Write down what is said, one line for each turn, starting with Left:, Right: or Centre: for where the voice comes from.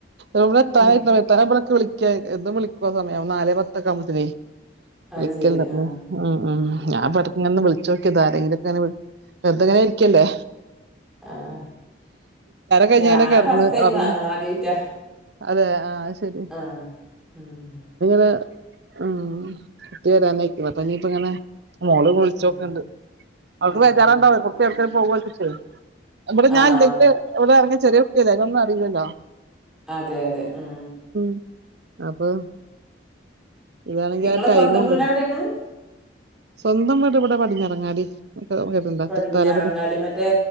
Right: യൗടെ ത്താനെയ്ക്ക്
Centre: ഉം
Right: ണത് വിളിക്ക വിളിക്കയ് ആ സമയംവുമ്പളെയ് നാലെ പത്തൊക്കെകുമ്പഴേ
Centre: അത്
Right: വിളിക്കലില്ല
Centre: ശരി ആഹ്
Right: ഉ ഉ ആ ആ
Centre: ആഹ്
Right: ഞാൻ ബെർദങ്ങനെ
Centre: ആഹ്
Right: വിളിചോക്കിയ ഇക്കതരേങ്കിലൊക്കെ അങ്ങനെ വിളിച്ചു വെറതെങ്ങനെ ആരിക്കല്ലേ
Centre: ആഹ
Right: കഴിഞ്ഞങ്ങനെ
Centre: ഞാൻ
Right: കെടന്ന്
Centre: ഫസ്റ്റ് ടൈംമാ
Right: ഒറങ്ങി
Centre: ആദ്യയ്റ്റാ
Right: അതെ ആഹ അത് ശരി
Centre: ആഹ ഉം
Right: ആ ഹ്മ് കുട്ടി വരാനയ്ക്കുണ് അപ്പൊ ഇനിയിപ്പ ങ്ങനെ മോള് വിളിച്ചൊക്ക്‌ണ്ട്
Centre: ഉം
Right: അവൾക്ക്
Centre: ആഹ്
Right: ബേജാറ്ണ്ടാവേ
Centre: ആഹ്
Right: കുട്ടി യൗട്ക്കേലും പോകോച്ചിട്ടേ ഇവിടെ ഞാാൻ
Centre: ആഹ്
Right: ഇല്ലെങ്കില് ഇവിടെ ഇറങ്ങിയ ചെറിയ കുട്ടിയല്ലേ തൊന്നും അറീല്ലല്ലോ
Centre: അതെ അതെ ഉം
Right: ഉ അപ്പൊ ഇതാണെങ്കി
Centre: ഇങ്ങളെ
Right: ആ ടൈമുണ്ട്
Centre: സ്വന്തം വീട് എവിടേണ്
Right: സ്വന്തം വീട് ഇവിടെ പടിഞ്ഞാറങ്ങാടി കേട്ടിട്ടുണ്ടോ
Centre: പടിഞ്ഞാറങ്ങാടി
Right: തൃത്താലപടി
Centre: മറ്റേ